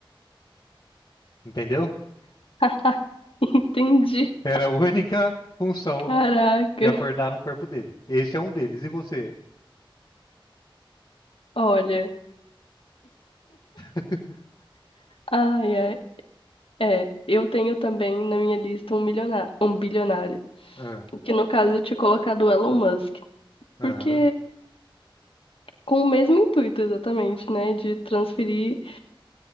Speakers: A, on the left (about 45°); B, on the left (about 80°).
A: entendeu?
B: <laughs> Entendi.
A: Era a única função
B: Caraca.
A: de acordar no corpo dele. Esse é um deles. E você?
B: Olha.
A: <laughs>
B: Ai, ai. É, eu tenho também na minha lista um milionário, um bilionário,
A: Ah,
B: que no caso eu tinha colocado o Elon Musk,
A: aham,
B: porque com o mesmo intuito exatamente, né, de transferir,